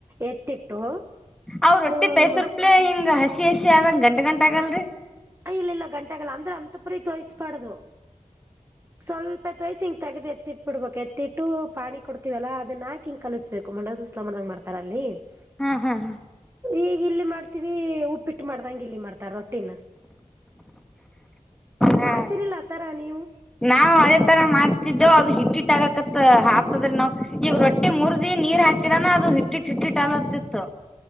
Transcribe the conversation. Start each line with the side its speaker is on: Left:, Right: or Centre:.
Right: ಎತ್ತಿಟ್ಟು.
Centre: ಅವ್ ರೊಟ್ಟಿ
Right: ಹ್ಮ
Centre: ತೈಸರುಪ್ಲೆ ಹಿಂಗ್ ಹಸಿ ಹಸಿ ಆದಂಗ ಗಂಟ ಗಂಟ ಆಗಲ್ ರಿ.
Right: ಇಲ್ಲ ಇಲ್ಲ ಗಂಟ್ಅಗಲ್ಲ ಅಂದ್ರೆ ಅಂತಪರಿ ತೂಯ್ಸ್ಬಾಡ್ದು. ಸ್ವಲ್ಪತ್ ತೋಯ್ಸಿ ಹಿಂಗ್ ತಗ್ದ್ ಎತ್ತಿಟ್ಬ ಬಿಡ್ಬೇಕು ಎತ್ತಿಟ್ಟು ಪಾಣಿ ಕೊಡ್ತಿವಲ್ಲ ಅದನ್ನ ಹಾಕಿ ಕಲುಸ್ಬೇಕು ಮ ದೂಸ್ತ <unintelligible>
Centre: ಹಾ ಹಾ ಹಾ
Right: ಇಗ್ ಇಲ್ಲಿ ಮಾಡ್ತಿವ್ ಉಪ್ಪಿಟ್ಟು ಮಾಡ್ತಂಗ್ ಇಲ್ಲಿ ಮಾಡ್ತಾರ ರೊಟ್ಟಿನ.
Centre: ಹಾ
Right: ಮಾಡ್ತಿರಿಲ್ಲ ಆತರ ನೀವು
Centre: ನಾವು ಅದೇ ತರ ಮಾಡ್ ತಿದ್ದೇವು ಅದು ಹಿಟ್ಟಿಟ್ಟಾಗಕತ್ ಆಗತದರಿ ನಾವು ಈಗ ರೊಟ್ಟಿ ಮುರ್ದಿ ನೀರ್ ಹಾಕಿಡಣ ಅದು ಹಿಟ್ಟಿಟ್ಟಟ್ಟ ಆಗ್ಲತಿತ್ತು.